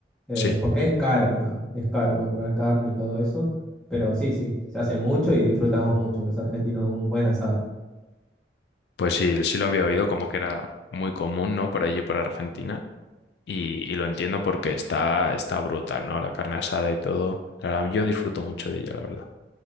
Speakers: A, in the centre; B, on the left.
A: Eh,
B: sí,
A: porque es caro acá. Es caro comprar carne y todo eso. Pero sí, sí, se hace mucho y disfrutamos mucho los argentinos de un buen asado.
B: pues sí, sí lo había oído como que era muy común, ¿no? Por allí por Argentina. Y, y lo entiendo porque está, está brutal, ¿no? La carne asada y todo. La verdad, yo disfruto mucho de ella, la verdad.